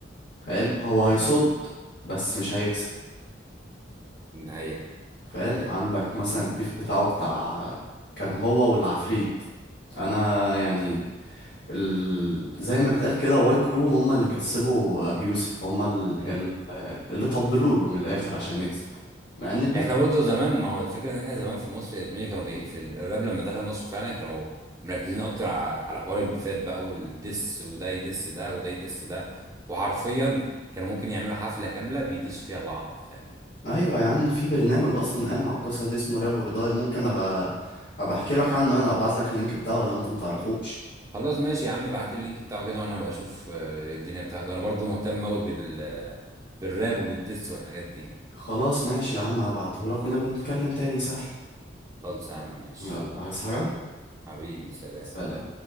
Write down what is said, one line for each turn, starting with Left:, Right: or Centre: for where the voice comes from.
Left: فاهم هو هيصد
Right: امم
Left: بس مش هيكسب
Right: ده حقيقه
Left: فاهم
Right: ده حقيقه
Left: عندك مثلا البيف بتاعه بتاع كان هو والعفريت انا يعني ال... زي ما بتقال كده واي كرو هما اللي كسبوا ابو يوسف هما ال...
Right: مم.
Left: ال... اللي طبلوا له من الاخر عشان يكسب مع ان البيف
Right: احنا برضه زمان ما هو الفكره ان احنا زمان في مصر يا زميلي كانوا بي في ال- الراب لما دخل مصر فعلا كانوا مركزين اكتر على على حوار البيفات بقى والدس وده يدس ده وده يدس ده وحرفيا كانوا ممكن يعملوا حفله كامله بيدسوا فيها بعض فاهم
Left: ايوه يا عم في برنامج اصلا قام على القصه دي اسمه راب داي ممكن ابقى ابقى احكي لك عنه انا ابعت لك اللينك بتاعه لو انت متعرفوش
Right: خلاص ماشي يا عم ابعت لي اللينك بتاعه كده وانا هبقى اشوف آه، الدنيا بتاعته انا برضه مهتم قوي بال آه، بالراب وبالدس والحاجات دي
Left: خلاص ماشي يا عم هبعته لك ونبقى نتكلم تاني سهل
Right: خالص يا عم ماشي
Left: يلا عايز حاجه
Right: حبيبي سلام
Left: سلام